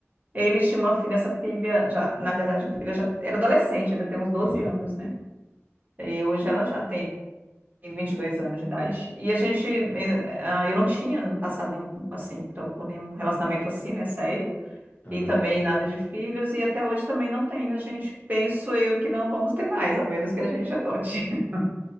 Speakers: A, on the right; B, on the left.
A: Eles tinham uma filha, essa filha, já, na verdade, a filha já era adolescente, devia ter uns doze
B: Uhum.
A: anos, né? E hoje ela já tem 22 anos de idade. E a gente, eh, ah, eu não tinha passado nenhum, assim, pra- por nenhum relacionamento assim, né, sério.
B: Ah,
A: E também
B: sim.
A: nada de filhos, e até hoje também não tenho. A gente, penso eu, que não vamos ter mais, a menos que a gente adote. <laughs>